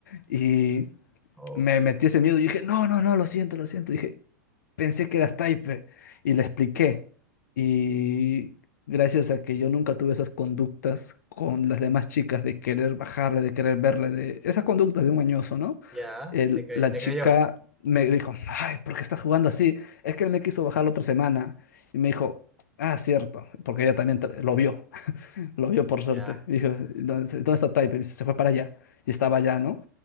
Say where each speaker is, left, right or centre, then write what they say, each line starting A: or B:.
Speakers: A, on the left; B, in the centre.
A: Y
B: Oh,
A: me metí ese miedo y dije, no, no, no, lo siento, lo siento. Dije, pensé que eras Taipe y le expliqué. Y gracias a que yo nunca tuve esas conductas con las demás chicas de querer bajarle, de querer verle, de esas conductas de un añoso, ¿no?
B: ya,
A: El-
B: te creí,
A: la
B: te
A: chica
B: creyó.
A: me dijo, ay, ¿por qué estás jugando así? Es que él me quiso bajar la otra semana. Y me dijo, ah, cierto, porque ella también tra- lo vio, <laughs> lo vio por suerte.
B: Ya.
A: Y dijo, ¿dónde, dónde está Taipe? Y se fue para allá. Y estaba allá, ¿no?